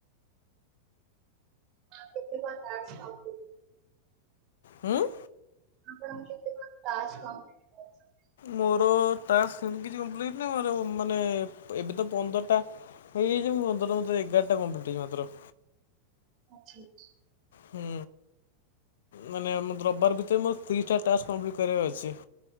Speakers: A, on the right; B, on the left.
A: ହଁ କେତେ କଣ ଟାସ୍କ କଲ?
B: ହଁ ଉଁ।
A: ଆପଣ କଣ କେତେ କଣ ଟାସ୍କ? କରିଛନ୍ତି?
B: ମୋର ଟାସ୍କ ସେମିତି କିଛି କମ୍ପ୍ଲିଟ୍ ନାହିଁ ମାନେ ଏବେ ତ ପନ୍ଦରଟା ଏଇ ଯେଉ ପନ୍ଦରଟାରୁ ଏଗାରଟା କମ୍ପି ଲିଟ ହେଇଛି ମାତ୍ର।
A: ଅଛି ଅଛି।
B: ହୁଁ। ମାନେ ମତେ ରବିବାର ଭିତରେ ମୋର ତିରିସିଟା ଟାସ୍କ କମ୍ପ୍ଲିଟ୍ କରିବାର ଅଛି।